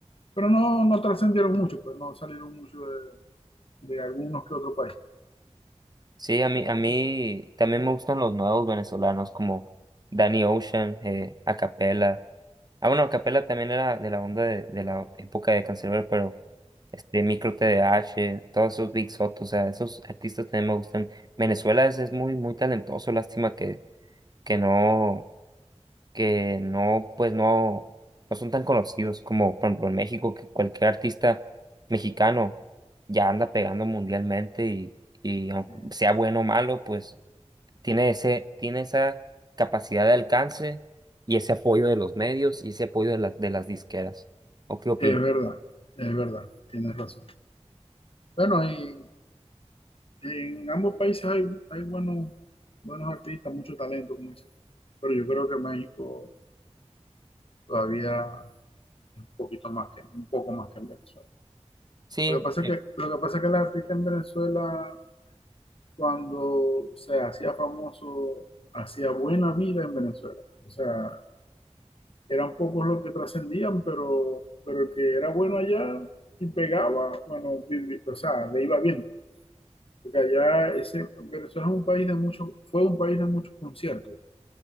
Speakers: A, on the left; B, on the right.
A: pero no, no trascendieron mucho, pues no salieron mucho de, de algunos que otro país.
B: Sí, a mí, a mí también me gustan los nuevos venezolanos como Danny Ocean, eh, Acapella. Ah, bueno, Acapella también era de la onda de, de la época de Canserbero, pero este Micro T D H todos esos Big Soto, o sea, esos artistas también me gustan. Venezuela es, es muy, muy talentoso, lástima que, que no, que no, pues no, no son tan conocidos como, por ejemplo, en México, que cualquier artista mexicano ya anda pegando mundialmente y, y aunque
A: Sí,
B: sea bueno o malo, pues tiene ese, tiene esa capacidad de alcance y ese apoyo de los medios y ese apoyo de las, de las disqueras. ¿O qué opinas?
A: Es verdad, es verdad, tienes razón. Bueno, y en ambos países hay, hay buenos, buenos artistas, mucho talento, como dices. tú. Pero yo creo que México todavía es un poquito más que, un poco más que en Venezuela.
B: Sí,
A: Lo que pasa
B: eh,
A: es que, lo que pasa es que el artista en Venezuela, cuando se hacía famoso, hacía buena vida en Venezuela. O sea, eran pocos los que trascendían, pero, pero el que era bueno allá y pegaba, bueno, vivi- o sea, le iba bien. Porque allá ese, Venezuela es un país de muchos, fue un país de muchos conciertos.